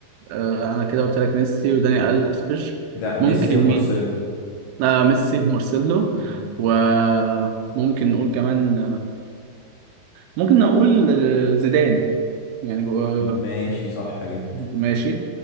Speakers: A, on the right (about 80°); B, on the left (about 75°).
A: آه، انا كده قلت لك ميسي وداني الفيش
B: لا ميسي
A: ممكن
B: ومارسيلو
A: مين لا ميسي مارسيلو
B: مم.
A: وممكن نقول كمان ممكن نقول آه، زيدان يعني آه،
B: ماشي صح جدا
A: ماشي